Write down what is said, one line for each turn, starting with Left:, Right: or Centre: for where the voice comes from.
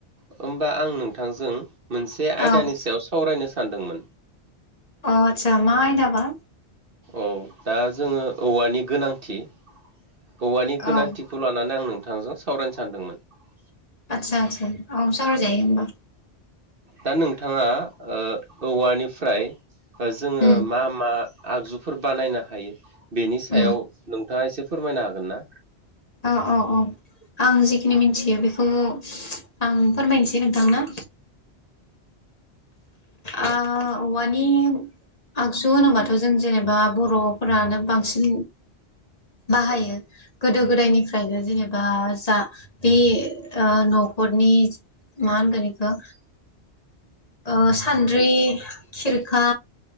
Right: होमबा आं नोंथांजों मोनसे आयदानि
Left: औ
Right: सायाव सावरायनो सानदोंमोन
Left: अ आतसा मा आयदाबा
Right: औ दा जोङो औवानि गोनांथि औवानि गोनांथिखौ
Left: औ
Right: लानानै आं नोंथांजों सावरायनो सानदोंमोन ।
Left: आतसा आतसा औ सावराय जायो होमबा
Right: दा नोंथांङा ओ औवानिफ्राय जोङो
Left: उम
Right: मा मा आगजुफोर बानायनो हायो बेनि सायाव
Left: उम
Right: नोंथांङा एसे फोरमायनो हागोन ना?
Left: अ अ अ आं जेखिनि मिथियो बेखौ आं फोरमायनोसै नोंथांनो ओ औवानि आगजु होनोबाथ' जों जेनेबा बर'फोरानो बांसिन बाहायो गोदो गोदायनिफ्रायनो जेनेबा जा बे ओ न'खर नि मा होनगोन इखो ओ सान्द्रि खिरखा